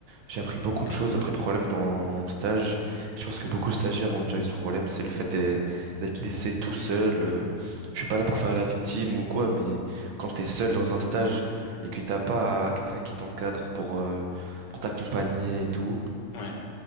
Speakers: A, on the right; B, on the left.
A: J'ai appris beaucoup
B: ok,
A: de choses
B: c'est cool.
A: après le problème dans mon stage. Je pense que beaucoup de stagiaires ont déjà eu ce problème, c'est le fait d'être d'être laissé tout seul. euh, Je suis pas là pour faire la victime ou quoi, mais quand t'es seul dans un stage et que t'as pas quelqu'un qui t'encadre pour euh, pour t'accompagner et tout.
B: Ouais,